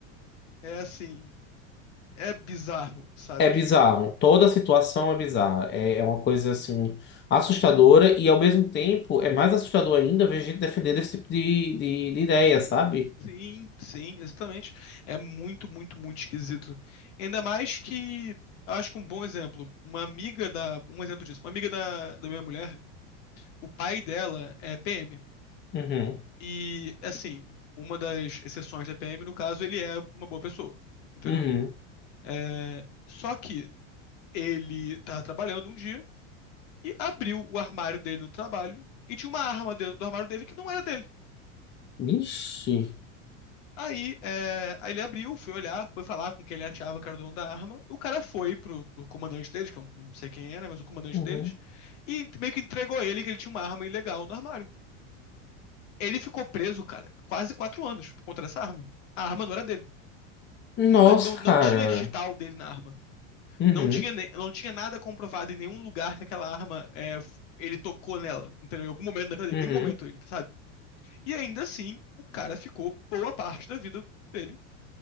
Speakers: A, on the left (about 70°); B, on the left (about 30°).
A: É assim, é bizarro, sabe?
B: É bizarro.
A: Tipo,
B: Toda a situação é bizarra. É, é uma coisa assim assustadora e ao mesmo tempo é mais assustador ainda ver gente defendendo esse tipo de, de, de ideia, sabe?
A: Sim, sim, exatamente. É muito, muito, muito esquisito. Ainda mais que, eu acho que um bom exemplo, uma amiga da, um exemplo disso, uma amiga da, da minha mulher, o pai dela é PM.
B: Uhum.
A: E, assim, uma das exceções da PM, no caso, ele é uma boa pessoa, entendeu?
B: Uhum.
A: É, só que ele tava trabalhando um dia e abriu o armário dele no trabalho e tinha uma arma dentro do armário dele que não era dele.
B: Ixi.
A: Aí, é, aí ele abriu, foi olhar, foi falar com quem ele achava que era o dono da arma. O cara foi pro, pro comandante deles, que eu não sei quem era, mas o comandante
B: Uhum.
A: deles, e meio que entregou ele que ele tinha uma arma ilegal no armário. Ele ficou preso, cara, quase quatro anos por conta dessa arma. A arma não era dele.
B: Nossa,
A: Nunca, não, não
B: cara.
A: tinha digital dele na arma.
B: Uhum.
A: Não tinha, ne- não tinha nada comprovado em nenhum lugar que aquela arma é, f- ele tocou nela, entendeu? Em algum momento da vida dele,
B: Uhum.
A: em nenhum momento, sabe? E ainda assim, o cara ficou boa parte da vida dele